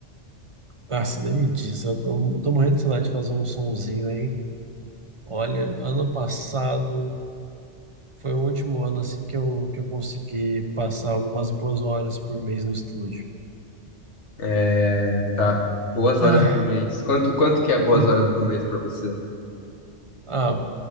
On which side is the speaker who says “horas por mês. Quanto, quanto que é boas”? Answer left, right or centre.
Left